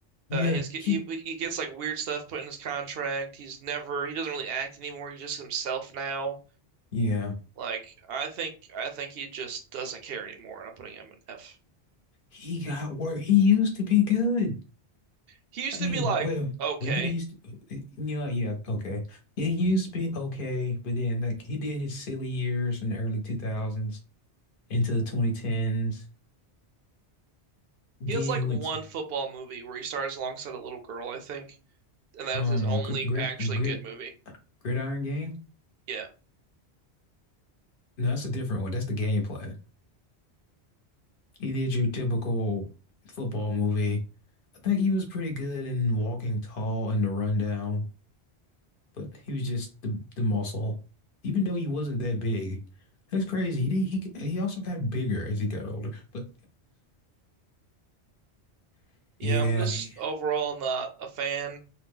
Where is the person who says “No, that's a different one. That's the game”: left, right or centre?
Left